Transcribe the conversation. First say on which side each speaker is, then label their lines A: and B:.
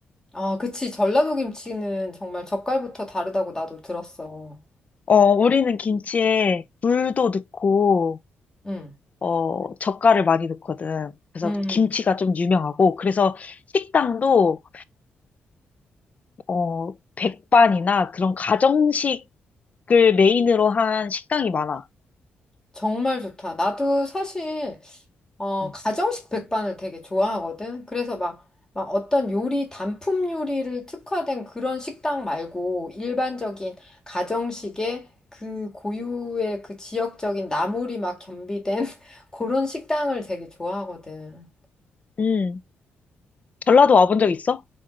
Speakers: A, on the left (about 15°); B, on the left (about 40°).
A: 아, 그치. 전라도 김치는 정말 젓갈부터 다르다고 나도 들었어.
B: 어, 우리는 김치에 굴도 넣고,
A: 음.
B: 어, 젓갈을 많이 넣거든. 그래서
A: 음.
B: 김치가 좀 유명하고, 그래서 식당도, 어, 백반이나 그런 가정식을 메인으로 한 식당이 많아.
A: 정말 좋다. 나도 사실 어,
B: 음.
A: 가정식 백반을 되게 좋아하거든. 그래서 막, 막 어떤 요리, 단품 요리를 특화된 그런 식당 말고 일반적인 가정식의 그 고유의 그 지역적인 나물이 막 겸비된 <laughs> 그런 식당을 되게 좋아하거든.
B: 음. 전라도 와본 적 있어?